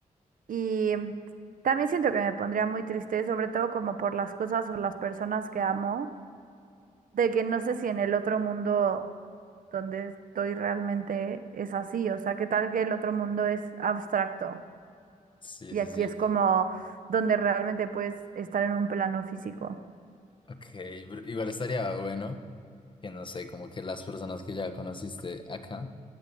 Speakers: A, on the right; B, on the left.
A: Y también siento que me pondría muy triste, sobre todo como por las cosas o las personas que amo, de que no sé si en el otro mundo donde estoy realmente es así, o sea, qué tal que el otro mundo es abstracto.
B: Sí,
A: Y
B: sí,
A: aquí
B: sí.
A: es como donde realmente puedes estar en un plano físico.
B: Ok, pero igual estaría bueno que no sé, como que las personas que ya conociste acá.